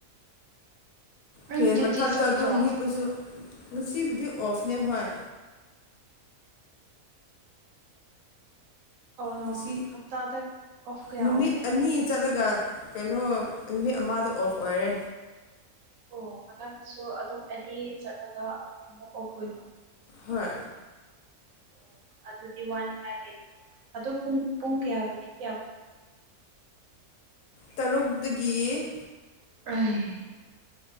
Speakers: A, on the right; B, on the left.
A: ꯅꯪ
B: ꯐꯦꯟ
A: ꯗ꯭ꯌꯨꯇꯤ
B: ꯃꯊꯛꯇ
A: ꯆꯠꯇ꯭ꯔꯣ
B: ꯑꯗꯨꯝ ꯍꯤꯞꯄꯁꯨ ꯉꯁꯤꯕꯨꯗꯤ ꯑꯣꯐꯅꯦ ꯍꯣꯏ
A: ꯑꯣꯔꯣ
B: ꯉꯁꯤ
A: ꯍꯞꯇꯥꯗ ꯑꯣꯐ ꯀꯌꯥ
B: ꯅꯨꯃꯤꯠ
A: ꯑꯣꯏꯒꯦ
B: ꯑꯅꯤ ꯆꯠꯂꯒ ꯀꯩꯅꯣ ꯅꯨꯃꯤꯠ ꯑꯃꯗꯣ ꯑꯣꯐ ꯑꯣꯏꯔꯦ
A: ꯑꯣ ꯃꯊꯪꯁꯨ ꯑꯗꯨꯝ ꯑꯅꯤ ꯆꯠꯂꯒ ꯑꯃꯨꯛ ꯑꯣꯐ ꯑꯣꯏꯕ
B: ꯍꯣꯏ
A: ꯑꯣ ꯑꯗꯨꯗꯤ ꯋꯥꯅꯤꯡꯉꯥꯏ ꯂꯩꯇꯦꯗꯅ ꯑꯗꯨ ꯄꯨꯡ ꯄꯨꯡ ꯀꯌꯥꯗꯒꯤ ꯀꯌꯥ ꯐꯧ
B: ꯇꯔꯨꯛꯇꯒꯤ
A: ꯑꯩ